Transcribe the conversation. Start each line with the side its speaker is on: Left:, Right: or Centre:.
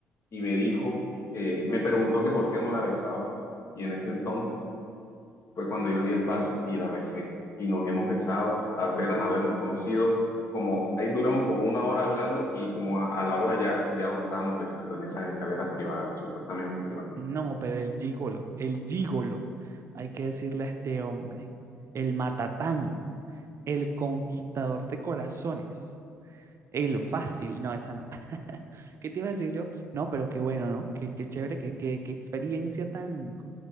Left: y me dijo que, me preguntó que por qué no la besaba y en ese entonces... fue cuando yo di el paso y la besé. Y nos hemos besado, apenas habernos conocido, como ahí duramos como una hora hablando y como a, a la hora ya, ya nos estábamos besando en esas escaleras privadas, supuestamente privadas.
Right: No, pero el gigolo, el gigolo, hay que decirle a este hombre, el matatán, el conquistador de corazones, el fácil, no, esa no. <laughs> ¿Qué te iba a decir yo? No, pero qué bueno, ¿no? Qué, qué chévere, qué, qué, qué experiencia tan,